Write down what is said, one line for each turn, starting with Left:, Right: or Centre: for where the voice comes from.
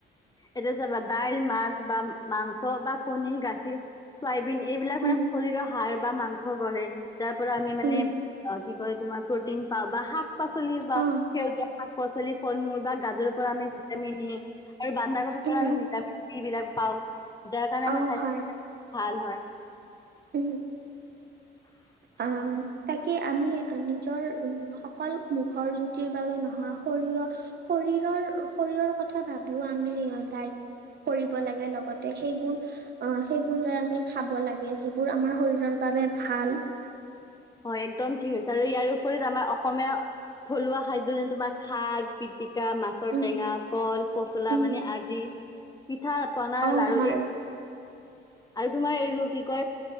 Left: এতিয়া চাবা দাইল, মাছ বা মাংস বা কণী গাখীৰ, চয়াবিন এইবিলাক মানে
Right: উম
Left: শৰীৰৰ সাৰ বা মাংস গঢ় তাৰ পৰা আমি মানে
Right: উম
Left: কি ক তোমাৰ প্ৰটিন পাওঁ বা শাক শাক পাচলি বা
Right: অ
Left: সেউজীয়া শাক পাচলি ফল মূল বা গাজৰ পৰা আমি ভিটামিন এ আৰু বন্ধাকবিৰ পৰা
Right: উম
Left: আমি ভিটামিন চি বিলাক পাও যাৰ কাৰণে
Right: অ
Left: আমাৰ স্বাস্থ্যৰ
Right: হয়
Left: ভাল হয়।
Right: উম অ তাকে আমি নিজৰ উ অকল মুখৰ জুতিৰ বাবে নহোৱা শৰীৰৰ শৰীৰৰ কথা ভাবিও আমি দায়িত্ব <unintelligible> কৰিব লাগে লগতে সেইবোৰ অ সেইবোৰ লৈ আমি খাব লাগে যিবোৰ আমাৰ শৰীৰৰ। <unintelligible> বাবে ভাল।
Left: হয় একদম ঠিক হৈছে আৰু ইয়াৰ উপৰি আমাৰ অসমীয়া থলুৱা খাদ্য যেনে তোমাৰ খাৰ পিটিক। <unintelligible> কছ মাছৰ
Right: উম
Left: টেঙা কল পচলা
Right: উম
Left: মানে আজি। পিঠা পনা
Right: অ
Left: লাৰু
Right: হয়
Left: এই। আৰু তোমাৰ এই কি কয়।